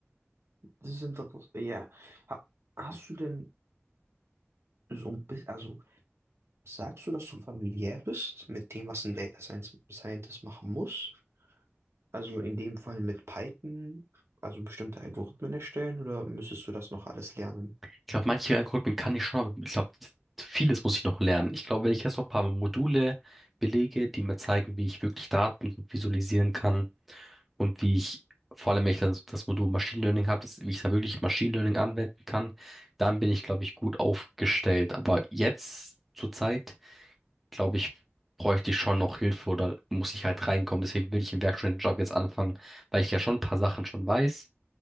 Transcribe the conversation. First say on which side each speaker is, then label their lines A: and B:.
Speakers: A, on the right; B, in the centre.
A: Das ist interessant. Ja. Ha- Hast du denn so ein bisschen, also sagst du, dass du familiär bist mit dem, was ein Data Science- Scientist machen muss? Also in dem Fall mit Python, also bestimmte Algorithmen erstellen oder müsstest du das noch alles lernen?
B: Ich glaube, manche Algorithmen kann ich schon, aber ich glaube, vieles muss ich noch lernen. Ich glaube, wenn ich jetzt noch ein paar Module belege, die mir zeigen, wie ich wirklich Daten gut visualisieren kann, und wie ich, vor allem wenn ich dann das Modul Machine Learning habe, das- wie ich dann wirklich Machine Learning anwenden kann, dann bin ich, glaube ich, gut aufgestellt. Aber jetzt zur Zeit, glaube ich, bräuchte ich schon noch Hilfe oder muss ich halt reinkommen. Deswegen will ich im Werkstudentenjob jetzt anfangen, weil ich ja schon ein paar Sachen schon weiß,